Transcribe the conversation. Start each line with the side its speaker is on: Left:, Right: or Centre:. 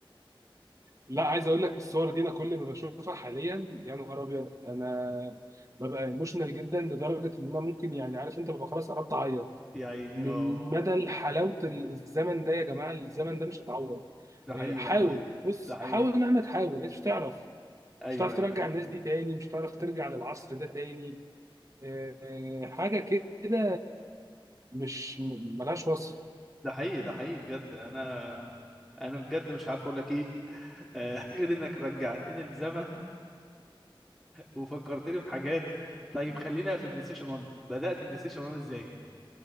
Right: لا عايز اقول لك الصور دي انا كل ما بشوفها حاليا يا نهار ابيض انا ببقى ايموشنال جدا لدرجه ان انا ممكن يعني عارف انت ببقى خلاص قربت اعيط
Centre: يا عيني
Right: من
Centre: اه
Right: مدى حلاوه الزمن ده يا جماعه الزمن ده مش هتعوض
Centre: ده حقيقي
Right: آه، حاول
Centre: ده حقيقي
Right: بص
Centre: ده حقيقي
Right: حاول مهما تحاول انت مش هتعرف
Centre: ايوه
Right: مش هتعرف
Centre: ايوه
Right: ترجع الناس دي تاني مش هتعرف ترجع للعصر ده تاني آه، حاجه كده مش ملهاش وصف
Centre: ده حقيقي ده حقيقي بجد انا انا بجد مش عارف اقول لك ايه آه، <laughs> غير انك رجعتني للزمن وفكرتني بحاجات طيب خلينا في بلاي ستيشن 1 بدأت بلاي ستيشن 1 ازاي